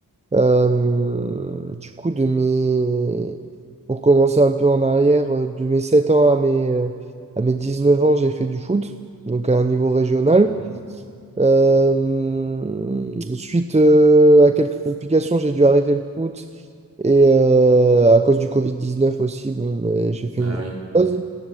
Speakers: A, on the right (about 20°); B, on the right (about 50°).
A: Euh, du coup, de mes... pour commencer un peu en arrière, euh, de mes 7 ans à mes, euh, à mes 19 ans, j'ai fait du foot, donc à un niveau régional.
B: Mhm.
A: Euh, suite euh, à quelques complications, j'ai dû arrêter le foot et euh, à cause du covid dix-neuf aussi, bon, ben, j'ai fait
B: Ah
A: une grosse
B: oui,
A: pause.